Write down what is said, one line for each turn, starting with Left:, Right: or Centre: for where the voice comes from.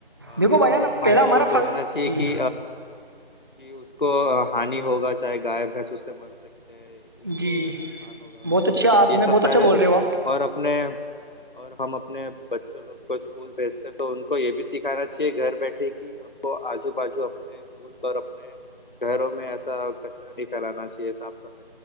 Left: ا
Right: دیکھو بھائی جان
Left: عام
Right: پہلا
Left: آدمی
Right: ہمارا
Left: کو سوچنا
Right: فرض
Left: چاہیے
Right: جی
Left: کہ کہ اس کو ہانی ہوگا چاہے گغائےب بھینس اس سے مر سکتے اس کو
Right: جی
Left: نقصان ہوگا
Right: بہت اچھا آپ
Left: یہ
Right: نے
Left: سب
Right: بہت
Left: سارے
Right: اچھا بول رہے ہو آپ
Left: اور اپنے اور ہم اپنے بچوں لوگ کو اسکول بھیجتے تو ان کو یہ بھی سکھانا چاہیے گھر بیٹھے کہ ہم کو آجو باجو اپنے مک اور اپنے گھروں میں ایسا کچرا نہیں پھیلانا چاہیے صاف صف